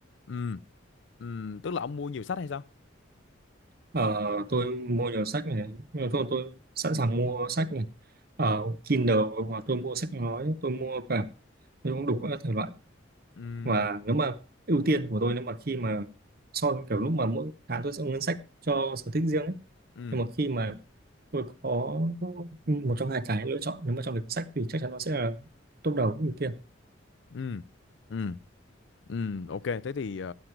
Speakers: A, on the left; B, on the right.
A: ừ ừ tức là ông mua nhiều sách hay sao
B: Ờ, tôi mua nhiều sách này, nhưng mà thôi tôi sẵn sàng mua sách này. Ờ, Kindle hoặc tôi mua sách nói, tôi mua cả tôi cũng đủ các thể loại.
A: ừ
B: Và nếu mà ưu tiên của tôi nếu mà khi mà so với kiểu lúc mà mỗi tháng tôi sẽ có ngân sách cho sở thích riêng ấy.
A: ừ
B: Nhưng mà khi mà tôi có một trong hai cái lựa chọn nếu mà trong lịch sách thì chắc chắn nó sẽ là top đầu ưu tiên
A: ừ ừ ừ ok thế thì ờ,